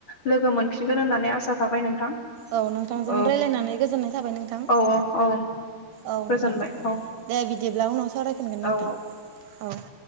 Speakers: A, on the left; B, on the right.
A: लोगो मोन फिनगोन होननानै आसा थाबाय नोंथां।
B: औ नोंथांजों
A: औ
B: रायज्लायनानै गोजोननाय थाबाय नोंथां।
A: औ औ
B: औ
A: गोजोनबाय
B: नोंथां
A: औ
B: दे बिदिब्ला उनाव सावरायफिनगोन नोंथां
A: औ औ
B: औ।